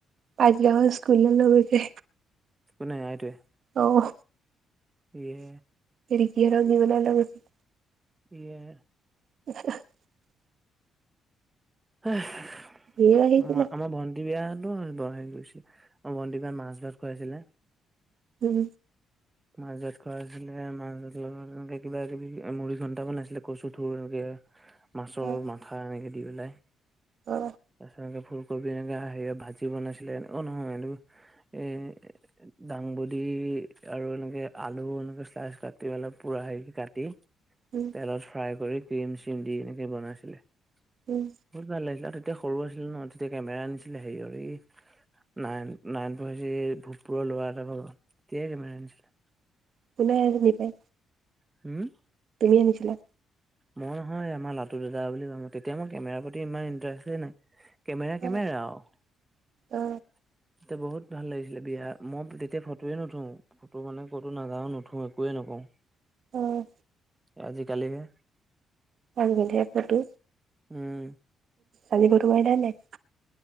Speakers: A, on the right; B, on the right.
A: পাছদিনাখন স্কুললে লৈ গৈছে।
B: কোনে আইটোৱে
A: অহ
B: এয়ে
A: ৰিকি হেতক দিবলে লৈ গৈছে।
B: ইয়ে।
A: <unintelligible>
B: আমাৰ
A: ধেৰ আহিছিলে
B: ভন্টি বিয়াত <unintelligible> গৈছে ভণ্টি বিয়াত মাছ ভাত খুৱাইছিলে
A: উম
B: মাছ ভাত খোৱাইছিলে মাছ ভাতৰ লগত এনেকে কিবা কিবি মুৰি ঘণ্টা বনাছিলে কচু থুৰ এনেকে মাছৰ
A: অ
B: মাথা এনেকে দি পেলাই
A: অ
B: তাপিছত এনে কবি এনেকে হেৰি অ ভাজি বনাইছিলে অ নহয় এই দাংবড আৰু এনেকে আলু এনেকে শ্লাইচ কাটি পিলাই পুৰা হে কে কাটি
A: উম
B: তেলত ফ্ৰাই কৰি ক্ৰীম চিম দি এনেকে বনাইছিলে
A: উম
B: বহুত ভাল লাগিছিলে আৰু তেতিয়া সৰু আছিলো ন তেতিয়া কেমেৰা আনিছিলে হেৰিঅৰ এই নাইন নাইন পঢ়িছে ভূতপুৰৰ ল'ৰা এটা ভাগঅ তেতিয়াই কেমেৰা আনিছিলে
A: কোনে আনি পাই
B: হুউম
A: তুমি আনিছিলা
B: মই নহয় আমাৰ লাটো দাদা বুলি এজন তেতিয়া মই কেমেৰাৰ প্ৰতি ইমান ইণ্টাৰেষ্টেই নাই কেমেৰা
A: অ
B: কেমেৰা আও তেতিয়া
A: অ
B: বহুত ভাল লাগিছিলে বিয়া মই তেতিয়া ফটোয়ে নুথো ফটো মানে ক'তো নাযাওঁ নুথো একোৱে নকওঁ
A: উম
B: আজি কালিহে
A: আজি কালিহে ফটো
B: উম
A: কালি ফটো মাৰিলা নে নাই